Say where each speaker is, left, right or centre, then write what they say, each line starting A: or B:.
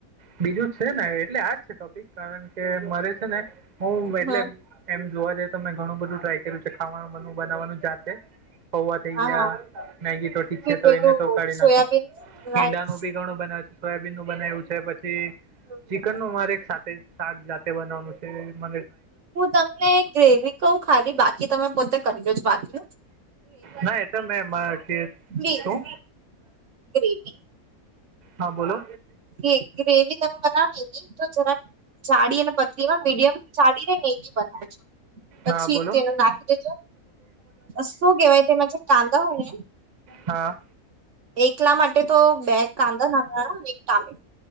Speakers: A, on the right (about 35°); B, on the right (about 60°).
A: બીજુ જ છે ને એટલે આજ છે ટોપિક કારણ કે મને છે ને હું એટલે
B: હમ
A: એમ જોવા જાય તમે ઘણું બધું ટ્રાય કર્યું છે ખાવાનું બનાવવાનું જાતે પૌવા થઈ
B: હા
A: ગયા મેગી તો ઠીક
B: કે
A: છે તો
B: પેલું
A: એને તો કાઢી
B: સોયાબીન
A: નાખો
B: રાઈસ
A: હીંડાનું બી ઘણું બનાવે બનાવ્યું છે પછી
B: હમ.
A: ચિકનનું મારે એક સાથે શાક જાતે બનાવાનું છે મ
B: હું તમને ગ્રેવી કઉ ખાલી બાકી તમે પોતે કરી લેજો બાકી
A: ના એ તો મે મારે કે
B: પ્લીઝ
A: શું
B: ગ્રેવી
A: હા બોલો
B: કે ગ્રેવી તમે બનાવોને તો જરા જાડી અને પતલીમાં મીડિયમ ચાડીને <unintelligible> પછી
A: હા બોલો
B: તેનું નાખી દે શું કેહેવાય તેમાં જે કાંદા હોય ને
A: હા
B: એટલા માટે તો બે કાંદા નાખવાના ટામે